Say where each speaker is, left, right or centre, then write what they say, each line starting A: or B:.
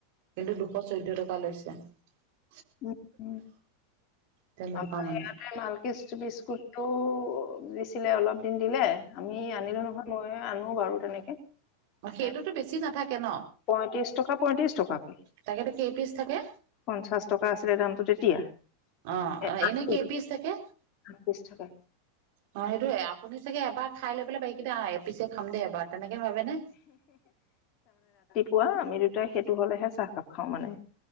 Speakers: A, on the right (about 55°); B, on the left (about 45°).
A: কিন্তু দুশ চৈধ্যয় তা তালৈছে। <unintelligible>
B: উম উ
A: তেনেকুৱা
B: আমাৰ
A: মানে
B: ইয়াতে মালকৃষ্ট বিস্কুটটো। দিছিলে অলপ দিন দিলে আমি আনিলো নহয় মই আনো বাৰু তেনেকে
A: অ সেইটোতো
B: এ
A: বেছি নাথাকে ন
B: পঁয়ত্ৰিশ টকা পয়ত্ৰিশ টকাকে
A: তাকেতো কেই পিচ থাকে
B: পঞ্চাশ টকা আছিলে দামটো তেতিয়া <inaudible>
A: অ
B: এ আঠ
A: এনে কে পিচ চাগে
B: পিচ থাকে
A: অ সেইটো আপুনি চাগে এবাৰ খাই লৈ পেলাই। এতিয়া এ পিছে খাম দে এবাৰ তেনেকে ভাবে নে?
B: পুৱা আমি দুটাই সেইটো হলেহে চাহকাপ খাওঁ মানে